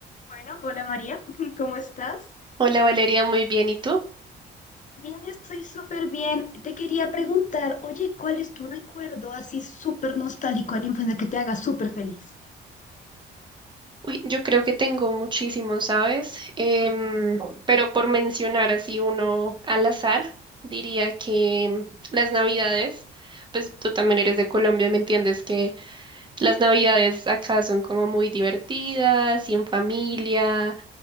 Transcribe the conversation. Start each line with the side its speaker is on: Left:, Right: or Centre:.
Left: Bueno, hola María, <laughs> ¿cómo estás?
Right: Hola Valeria, muy bien. ¿Y tú?
Left: Bien, estoy súper bien. Te quería preguntar, oye, ¿cuál es tu recuerdo así súper nostálgico de la infancia que te haga súper feliz?
Right: Uy, yo creo que tengo muchísimos, ¿sabes? Em, pero por mencionar así uno al azar, diría que las Navidades, pues tú también eres de Colombia y me entiendes que las Navidades acá son como muy divertidas y en familia